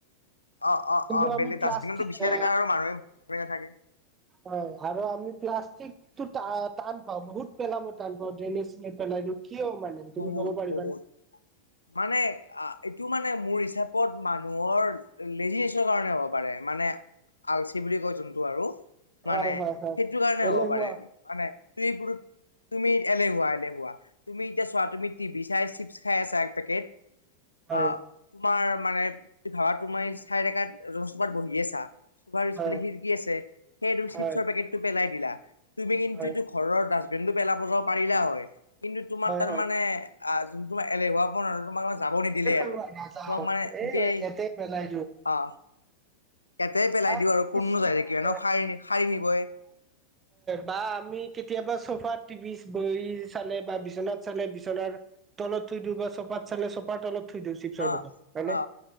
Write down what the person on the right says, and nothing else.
কিন্তু
আমি প্লাষ্টিক
এ
হয় আৰু আমি প্লাষ্টিক ত টান পাও বহুত পেলাই মই টান পাও ড্ৰেইনেজ ন পেলাইটো কিয় মানে তুমি
কব পাৰিবানে
হয়
হয় হয়
এলেহুৱা।
হয়
হয়
হয়
হয়
হয়
হয়
তেনেকুৱা
নাযাওঁ
এ
ইয়াতে পেলাই
ভাত
কিছু
আহে
হয়
বা আমি কেতিয়াবা চফা টিভি বহি চালে বা বিচনাত চালে বিচনাৰ তলত থৈ দিওঁ বা চপাত চালে চপাৰ তলত থৈ দিওঁ চিপজৰ
পেকেট হয়নে